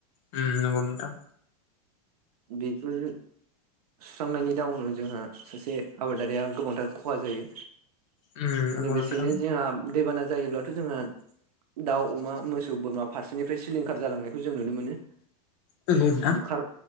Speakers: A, on the left (about 55°); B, on the right (about 80°).
A: उम नंगौ नोंथां
B: बेफोर सुस्रांनायनि दउनाव जोंहा सासे आबादारिया गोबांथार खहा जायो।
A: उम नंगौ
B: लोगोसेनो
A: नोंथां
B: जोंहा दैबाना जायोब्लाथ' जोंहा दाउ अमा मोसौ बोरमा फारसेनिफ्राय सिलिंखार जालांनायखौ जों नुनो मोनो।
A: नंगौ नोंथां
B: बुखार